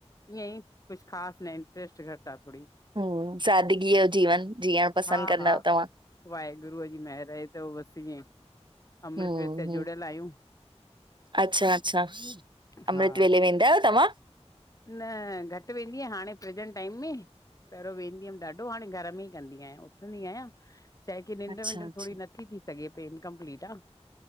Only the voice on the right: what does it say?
हम्म, सादगीअ जो जीवन जीअण पसंदि
कंदा
आहियो तव्हां?
हम्म,
हम्म,
अच्छा -अच्छा
अमृतवेले वेंदा आहियो तव्हां?
अच्छा,
अच्छा।